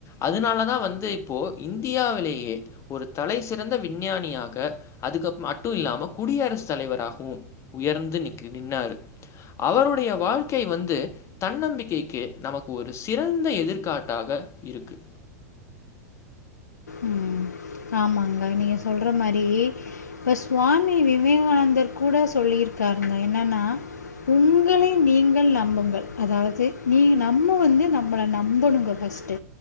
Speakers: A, on the left; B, on the left.
A: அதனால தா வந்து இப்போ இந்தியாவிலேயே ஒரு தலை சிறந்த விஞ்ஞானியாக அதுக்குப் மட்டுந் இல்லாம குடியரசு குடியரசு தலைவராகவூ உயர்ந்து நிக்கு நின்னாரூ அவருடைய வாழ்க்கை வந்து தன்னம்பிக்கைக்கு நமக்கு ஒரு சிறந்த எதிர்காட்டாக இருக்கு
B: ம் ஆமாங்க நீங்க சொல்ற மாரி இப்ப சுவாமி விவேங்கானந்தர் கூட சொல்லியிருக்காருங்க என்னன்னா உங்களை நீங்கள் நம்புங்கள் அதாவது நீ நம்ம வந்து நம்மளை நம்பணுங்க ஃபர்ஸ்ட்